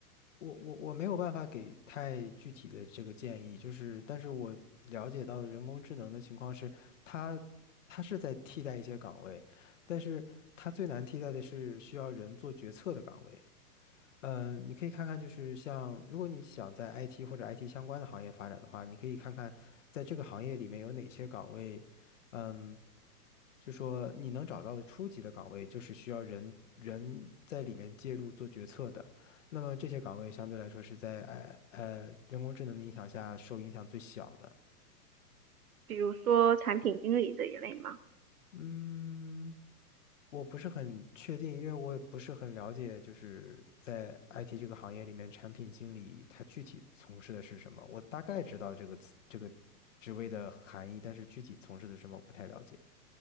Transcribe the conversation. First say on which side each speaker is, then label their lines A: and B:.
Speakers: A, on the left (about 50°); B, on the right (about 65°).
A: 我我我没有办法给太具体的这个建议，就是但是我了解到的人工智能的情况是，它它是在替代一些岗位，但是它最难替代的是需要人做决策的岗位。嗯，你可以看看，就是像如果你想在 IT 或者 IT 相关的行业发展的话，你可以看看在这个行业里面有哪些岗位，嗯。就说你能找到的初级的岗位，就是需要人人在里面介入做决策的。那么这些岗位相对来说是在呃呃人工智能的影响下受影响最小的。
B: 比如说产品经理这一类嘛，
A: 嗯，我不是很确定，因为我也不是很了解，就是在 IT 这个行业里面，产品经理他具体从事的是什么。我大概知道这个词这个职位的含义，但是具体从事的是什么我不太了解。